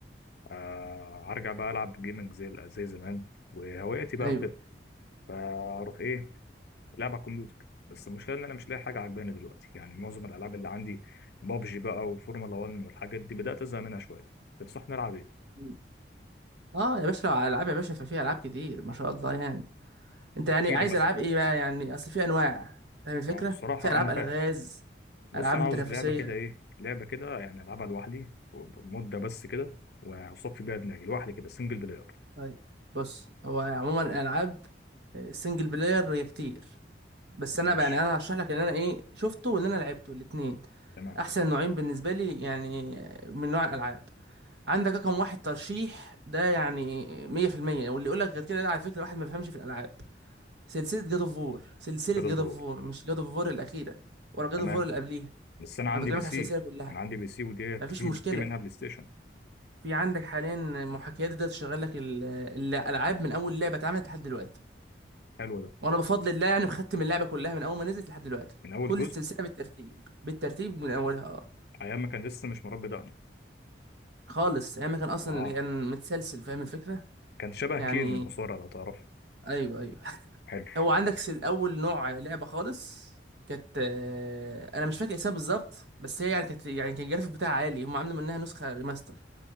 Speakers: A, on the left; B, on the right.
A: آه هرجع بقى العب جيمنج زي زي زمان وهواياتي بقى
B: ايوه
A: وكده فاروح ايه لعب على الكمبيوتر بس المشكله ان انا مش لاقي حاجه عجباني دلوقتي يعني معظم الالعاب اللي عندي بابجي بقى وفورمولا 1 والحاجات دي بدات ازهق منها شويه تنصحني العب ايه
B: مم. اه يا باشا لو على العاب يا باشا ففي العاب كتير ما شاء الله يعني انت يعني
A: احكي
B: عايز
A: لي مثلا
B: العاب ايه بقى يعني اصل في انواع فاهم الفكرة
A: ما هو بصراحه
B: في العاب
A: انا
B: الغاز
A: فاهم بص
B: العاب
A: انا عاوز
B: تنافسية
A: لعبه كده ايه لعبه كده يعني العبها لوحدي مده بس كده واصفي بيها دماغي لوحدي كده سنجل بلاير
B: طيب بص هو عموما الالعاب السنجل بلاير هي كتير بس انا
A: ماشي
B: بقى- يعني انا هشرح لك ان انا ايه شفته وان انا لعبته الاتنين
A: تمام
B: احسن نوعين بالنسبة لي يعني آه، من نوع الالعاب عندك رقم واحد ترشيح ده يعني 100% واللي يقول لك غير كده ده على فكرة واحد ما بيفهمش في الألعاب سلسلة جاد اوف وور سلسلة
A: جاد
B: جاد
A: اوف
B: اوف
A: وور
B: وور مش جاد اوف وور الأخيرة ولا جاد
A: تمام
B: اوف وور اللي قبليها
A: بس انا عندي
B: أنا بكلمك
A: بي سي
B: على السلسلة كلها
A: انا عندي بي سي وديت
B: مفيش
A: في
B: مشكلة
A: في منها بلاي ستيشن
B: في عندك حاليا محاكيات ده تشغل لك ال- الألعاب من أول لعبة اتعملت لحد دلوقتي
A: حلو ده
B: وأنا بفضل الله يعني مختم اللعبة كلها من أول ما نزلت لحد دلوقتي
A: من اول
B: كل
A: جزء
B: السلسلة بالترتيب بالترتيب من أولها أه
A: ايام ما كان لسه مش مربي دقني
B: خالص أيام ما كان أصلا
A: اه
B: كان متسلسل فاهم الفكرة
A: كان شبه
B: يعني
A: كين المصارع لو تعرفه
B: أيوه أيوه
A: حلو،
B: هو عندك س- اول نوع لعبه خالص كانت آه، انا مش فاكر اسمها بالظبط بس هي يعني كانت يعني كان الجرافيك بتاعها عالي هم عاملين منها نسخه ريماستر